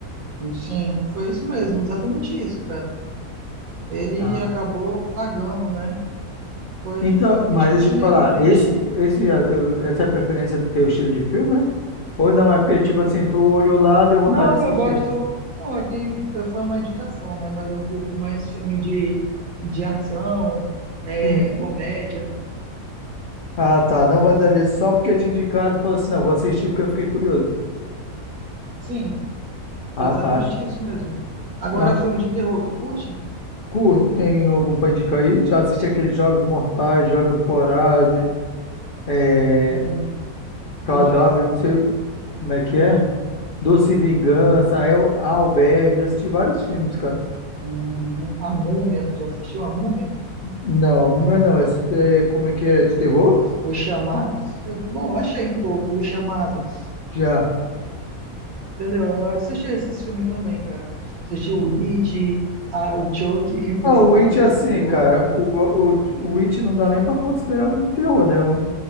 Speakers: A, on the right (about 70°); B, on the left (about 40°).
A: Sim, foi isso mesmo, exatamente isso, cara. Ele
B: Ah,
A: acabou pagando, né? Foi,
B: Então,
A: foi
B: mas
A: tipo
B: deixa
A: assim,
B: eu
A: meio
B: te falar,
A: triste.
B: esse, esse é teu, essa é a preferência do teu estilo de filme, é? Ou não? É porque, tipo assim, tu olhou lá, deu vontade
A: Não,
B: de assistir.
A: eu gosto. Não, é que foi uma indicação, né? Mas eu curto mais filme de, de ação, é,
B: hum.
A: comédia.
B: Ah, tá. Não, mas ali é só porque te indicaram, tu falou assim, não, vou assistir porque eu fiquei curioso.
A: Sim,
B: Ah,
A: foi exatamente
B: tá.
A: isso mesmo. Agora,
B: Ah,
A: filme de terror, tu curte?
B: Curto, tem algum pra indicar aí? Já assisti aqueles Jogos Mortais, Jogos Vorazes, é,
A: Hum,
B: Cadáver,
A: que mais?
B: não sei como é que é. Doce Vingança, El, Albergue, já assisti vários filmes, cara.
A: Uhum. A Múmia, tu já assistiu A Múmia?
B: Não, não, é não, esse é, como é que é, de terror?
A: Os Chamados? Eu- bom, eu achei um pouco, Os Chamados.
B: Já.
A: Entendeu? Eu assisti esses filmes também, cara. Assisti
B: Uhum.
A: o It, a, o Chucky, <laughs> que o
B: Ah,
A: pessoal
B: o It,
A: fala que
B: assim,
A: é de terror,
B: cara,
A: né?
B: o, o, o It não dá nem pra considerar um filme de terror, né? Vamos,